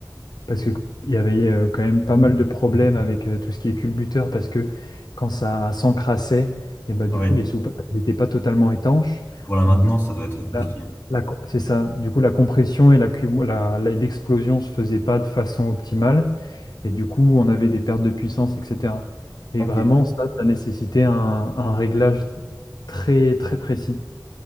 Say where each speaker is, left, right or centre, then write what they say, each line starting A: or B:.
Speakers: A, on the left; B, on the left.
A: parce que il y avait euh, quand même pas mal de problèmes avec euh, tout ce qui est culbuteur parce que quand ça s'encrassait, et ben, du
B: Ah oui.
A: coup les soupapes n'étaient pas totalement étanches.
B: Pour la maintenance,
A: Donc, du
B: ça doit être compliqué.
A: la- la c'est ça. Du coup, la compression et la cum- la- la- l'explosion se faisaient pas de façon optimale. Et du coup, on avait des pertes de puissance, etc. Et
B: Ok,
A: vraiment, ça, ça nécessitait un, un réglage très, très précis.